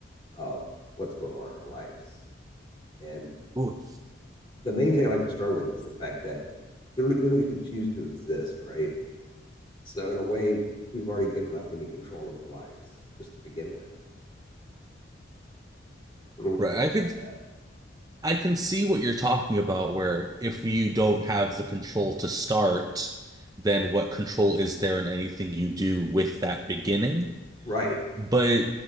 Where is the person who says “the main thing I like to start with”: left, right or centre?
Left